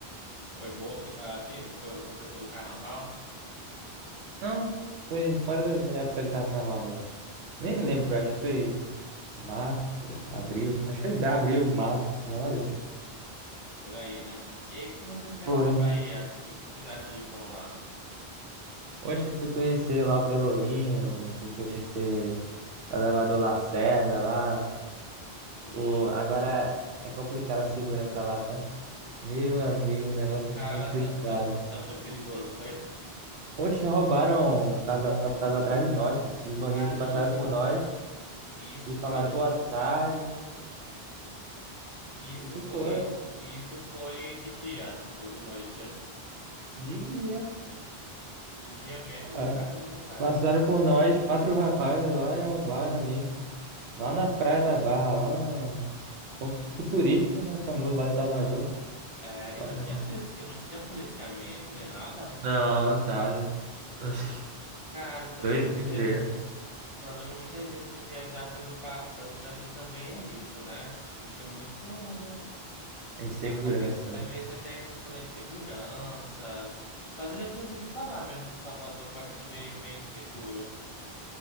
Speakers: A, on the left; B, on the right.
A: Foi boa? Que, ah, que, foi, você foi pelo carnaval?
B: Não, foi fora do- da época de carnaval mesmo. Nem
A: Ah,
B: lembro, acho que foi março, abril. Acho que foi abril, março, um negócio assim.
A: por aí, né? E aí, o que que você fez
B: Foi.
A: lá na Bahia? O que, que tu fizeste de bom lá?
B: Hoje fui conhecer lá o Pelourinho, fui conhecer o elevador Lacerda lá.
A: Uhum.
B: O, agora é complicado a segurança lá, tá? Meu amigo, o negócio
A: Cara,
B: é complicado.
A: tá, tá, tu achou perigoso, foi?
B: Oxe, roubaram um casal que tava atrás de nós, pô. Os bandidos
A: Caramba!
B: passaram por nós
A: E Isso
B: e falaram
A: foi no.
B: boa tarde.
A: e Isso
B: Isso
A: foi.
B: foi
A: e- e Isso foi de dia ou de noite?
B: de dia.
A: De dia mesmo?
B: Ah,
A: Caramba, cara.
B: Passaram por nós, quatro rapazes lá e roubaram a gente. Lá na Praia da Barra, lá no ponto turístico, né? Famoso lá de Salvador.
A: É,
B: Roubaram
A: e não tinha
B: lá.
A: polici... e não tinha policiamento nem nada?
B: Não, nada. Oxi,
A: Cara, o problema
B: Doideira.
A: de O problema muitas vezes de viajar pelo, pa- pelo Brasil também é isso, né? Tipo, tem muito.
B: A insegurança,
A: a- Às vezes, às
B: né?
A: vezes até a questão da insegurança. Mas eu já tinha ouvido falar mesmo que Salvador pode ser meio, meio inseguro.